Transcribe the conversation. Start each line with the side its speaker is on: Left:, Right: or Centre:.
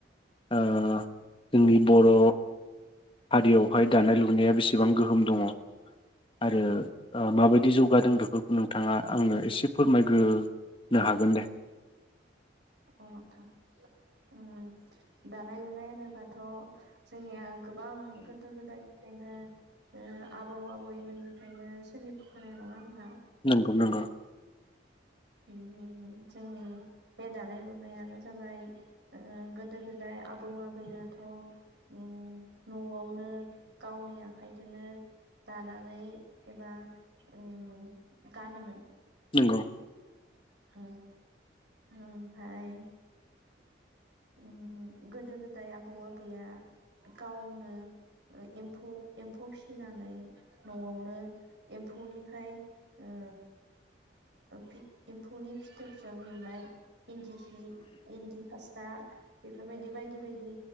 Left: ओ जोंनि बर' हारियावहाय दानाय लुनाया बेसेबां गोहोम दङ आरो ओ माबायदि जौगादों बेफोरखौ नोंथाङा आंनो एसे फोरमायग्रो नो हागोन दे
Right: अनथा ओ दानाय लुनाय होनोबाथ जोंनिया गोबां गोदो गोदाय फ्रायनो ओ आबौ आबैमोननिफ्रायनो सोलिबफानाय नङा
Left: नोंगौ नोंगौ
Right: <inaudible> ओम जोंनि बे दानाय लुनायानो जाबाय ओ गोदो गोदाय आबौ आबैया थ ओम नआवनो गावनि आखाइजोंनो दानानै एबा ओम गानोमोन
Left: नोंगौ
Right: फ्राय ओमफ्राय ओम गोदो गोदाय आबौ आबैया गावनो एम्फौ एम्फौ फिसिनानै नआव नो एम्फौनिफ्राय ओ ओ फि एम्फौनि फिथोबजों लुनाय इन्दि सि इन्दि फा स्रा बेफोरबायदि बायदि बायदि